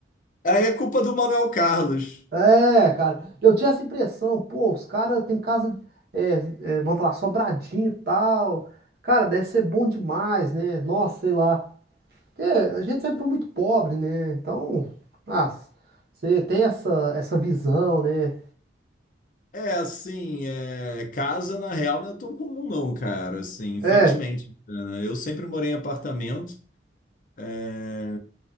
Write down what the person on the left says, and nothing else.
aí é culpa do Manuel Carlos.
É assim, é, casa na real não é tão comum não, cara. Assim, infelizmente,
né? Eu sempre morei em apartamento. É,